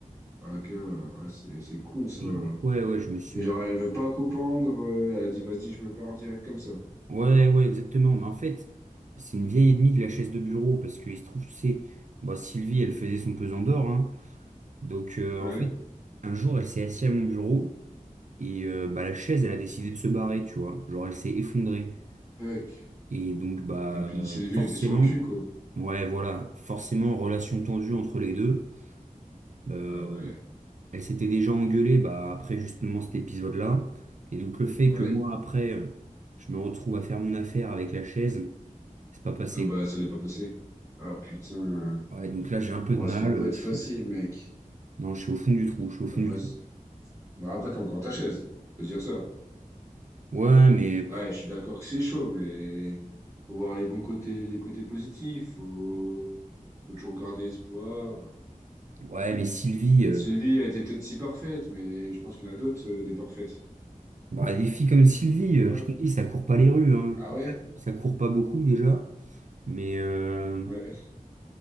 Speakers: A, on the right; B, on the right.
A: Ah, gars, ah, c'est c'est con, ça.
B: Et donc, ouais, ouais, je me suis
A: Et
B: mis.
A: genre, elle veut pas copendre. euh, Elle a dit, vas-y, je me barre direct comme ça.
B: Ouais, ouais, exactement. Mais en fait, c'est une vieille ennemie de la chaise de bureau parce qu'il se trouve, tu sais, bah, Sylvie, elle faisait son pesant d'or. hein. Donc, euh,
A: Ouais?
B: en fait, un jour, elle s'est assise à mon bureau et euh, bah, la chaise, elle a décidé de se barrer, tu vois. Genre, elle s'est effondrée.
A: Fuck.
B: Et donc, bah,
A: Ah, puis
B: euh,
A: Sylvia
B: forcément,
A: était sur le cul, quoi.
B: ouais, voilà, forcément, relation tendue entre les deux. Euh,
A: Ah ouais.
B: elle s'était déjà engueulée bah, après justement cet épisode-là. Et donc le fait
A: Ouais.
B: que moi, après, euh, je me retrouve à faire mon affaire avec la chaise, c'est pas passé,
A: Ah bah,
B: quoi.
A: ça l'est pas passé. Ah putain.
B: Ouais, donc là, j'ai un peu
A: oh
B: de mal.
A: ça doit
B: euh,
A: pas être
B: Je,
A: facile,
B: je-
A: mec.
B: Non, je suis au fond du trou, je suis au fond
A: Ah, vas-y.
B: du trou.
A: Bah, après, t'as encore ta chaise. Faut se dire ça.
B: Ouais, mais,
A: Ouais,
B: pff,
A: je suis d'accord que c'est chaud, mais faut voir les bons côtés, les côtés positifs. Faut, faut toujours garder espoir.
B: ouais, mais Sylvie,
A: Peut-être
B: euh,
A: Sylvie a été peut-être si parfaite, mais je pense qu'il y en a d'autres, euh, des parfaites.
B: bah, des filles comme Sylvie,
A: tu penses
B: euh,
A: pas.
B: je te dis, ça court pas les rues, hein.
A: Ah ouais?
B: Ça, ça court pas beaucoup déjà. Mais euh,
A: Ouais.